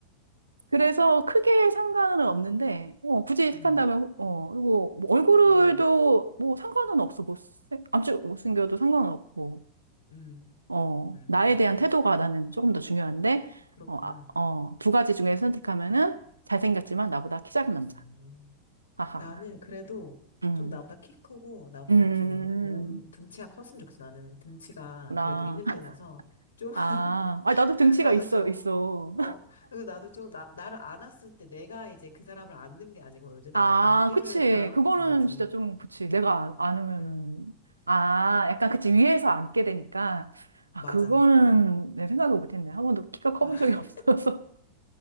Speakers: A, on the right; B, on the left.
A: 그래서 크게 상관은 없는데, 어, 굳이
B: 음,
A: 택한다면, 어, 그리고 뭐 얼굴도
B: 음,
A: 뭐 상관은 없어. 못생, 아주 못생겨도 상관은 없고,
B: 음,
A: 어,
B: 음.
A: 나에 대한 태도가 나는 조금 더 중요한데,
B: 그렇구나.
A: 어, 아, 어, 두 가지 중에 선택하면은 잘생겼지만 나보다 키 작은 남자.
B: 어.
A: 하하하.
B: 나는 그래도
A: 음,
B: 좀 나보다 키 크고 나보다
A: 음, 음, 음,
B: 좀 몸
A: 음.
B: 등치가 컸으면 좋겠어. 나는 등치가
A: 구나.
B: 그래도 있는
A: <laughs>
B: 편이어서 좀 <laughs>
A: 아, 아, 나도 등치가
B: 나보다
A: 있어,
B: 좀
A: 있어.
B: 어. 그래서 나도 좀 나, 나를 안았을 때 내가 이제 그 사람을 안는 게 아니고 이제 나도
A: 아,
B: 안김을
A: 그치.
B: 당하고
A: 그거는
B: 싶은 거지.
A: 진짜 좀, 그치. 내가 안, 안으면은.
B: 음,
A: 아, 약간 그치. 위에서 앉게 되니까. 아,
B: 맞아.
A: 그거는 내 생각을 못했네. 한 번도 키가 커본
B: 아,
A: 적이 없어서.
B: <laughs>
A: <laughs>